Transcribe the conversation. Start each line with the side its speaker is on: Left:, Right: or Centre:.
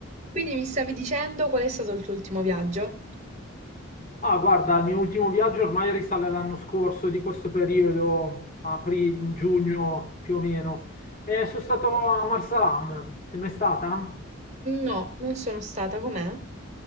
Right: Quindi mi stavi dicendo qual è stato il tuo ultimo viaggio?
Left: Ah, guarda, il mio ultimo viaggio ormai risale all'anno scorso, di questo periodo, aprile, giugno più o meno. E sono stato a Marsalam. Sei mai stata?
Right: No, non sono stata, com'è?